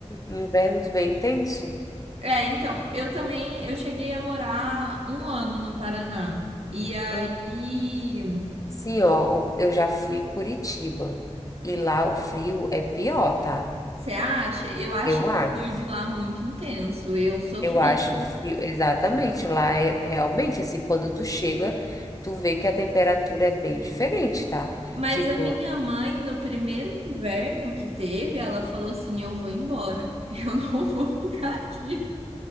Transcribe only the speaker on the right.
É, então, eu também, eu cheguei a morar um ano no Paraná. E aí,
você acha? Eu achei
o frio de lá muito intenso. Eu sofri
Mas
a minha mãe, no primeiro inverno que teve, ela falou assim: Eu vou embora, <laughs> eu não vou ficar aqui.